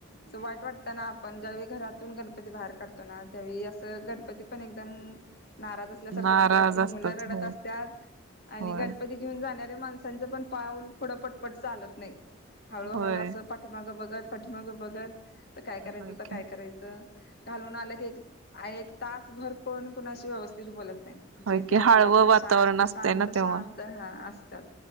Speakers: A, on the left; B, on the right.
A: असं वाईट वाटत ना पण ज्यावेळी घरातून गणपती बाहेर काढतो ना त्यावेळी असं गणपती पण एकदम. नाराज असल्यासारखं
B: नाराज
A: वाटतात ते
B: असतात
A: मुलं रडत
B: हो
A: असतात आणि
B: होय
A: गणपती घेऊन जाण्यात ते माणसांचं पण पाऊल पुढे पटपट चालत नाही हळूहळू
B: होय
A: असं पाठीमागं बघत पाठीमाग बघत त काय करायचं
B: होय
A: आता
B: की
A: काय करायचं. घालून आल की एक एक तासभर कोण कोणाशी व्यवस्थित बोलत नाही. नई
B: होय
A: जे
B: की
A: तेे आपलं
B: हळवं
A: आपलं
B: वातावरण
A: शांत
B: असतंय
A: शांत
B: ना तेव्हा
A: शांत हा असं. तर.